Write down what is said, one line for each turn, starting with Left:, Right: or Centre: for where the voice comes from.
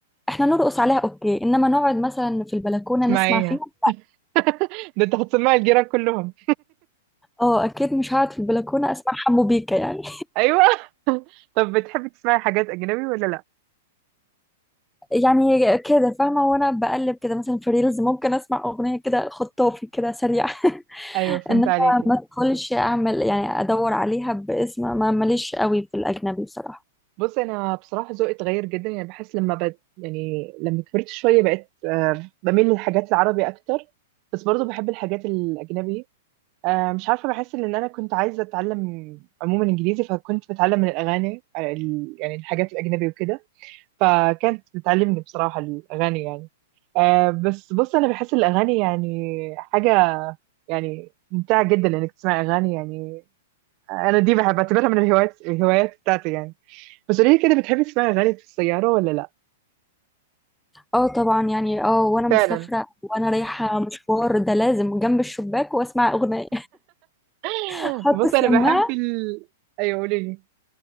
Centre: احنا نرقص عليها اوكي انما نقعد مثلا في البلكونة
Right: اسمعيها
Centre: نسمع فيهم
Right: <laughs> ده انت هتسمعي الجيران كلهم
Centre: اه اكيد مش هقعد في البلكونة اسمع حمو بيكا يعني
Right: أيوة <laughs> طب بتحبي تسمعي حاجات أجنبي ولا لا؟
Centre: يعني كده فاهمة وانا بقلب كده مثلا في ريلز ممكن اسمع اغنية كده خطافي كده سريع <laughs>
Right: أيوة فهمت
Centre: انما
Right: عليكي
Centre: ما ادخلش اعمل يعني ادور عليها باسم ما ماليش قوي في الاجنبي بصراحة
Right: بص انا بصراحه ذوقي اتغير جدا يعني بحس لما بد يعني لما كبرت شويه بقيت آه، بميل للحاجات العربي اكتر بس برضو بحب الحاجات الاجنبي آه، مش عارفه بحس ان انا كنت عايزه اتعلم عموما انجليزي فكنت بتعلم من الاغاني آه، ال- يعني الحاجات الاجنبي وكده فكانت بتعلمني بصراحه الاغاني يعني آه، بس بص انا بحس الاغاني يعني حاجه يعني ممتعه جدا انك تسمع اغاني يعني آه، انا دي بحب بعتبرها من الهوايات الهوايات بتاعتي يعني بس قولي لي كده بتحبي تسمعي اغاني في السياره ولا لا
Centre: اه طبعا يعني اه وانا مسافرة
Right: فعلا
Centre: وانا رايحة مشوار ده لازم جنب الشباك واسمع اغنية
Right: <laughs>
Centre: <laughs> احط
Right: بص
Centre: السماعة
Right: انا بحب ال... ايوه قولي لي